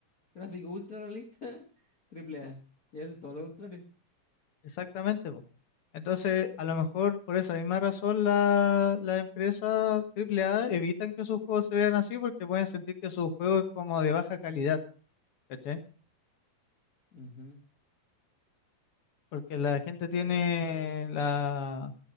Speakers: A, on the left; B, on the left.
A: Gráfico ultra realista, <laughs> triple A. Y hace todo lo contrario.
B: exactamente, po. Entonces, a lo mejor por esa misma razón la- las empresas AAA evitan que sus juegos se vean así porque pueden sentir que su juego es como de baja calidad, ¿cachai?
A: Ujú.
B: Porque la gente tiene
A: Eh,
B: la,